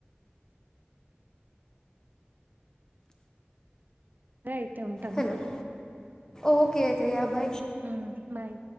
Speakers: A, on the right; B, on the left.
A: ఆయి అయితే ఉంటను.
B: హలో ఓకే అయితె యా బాయ్.
A: హ్ బాయ్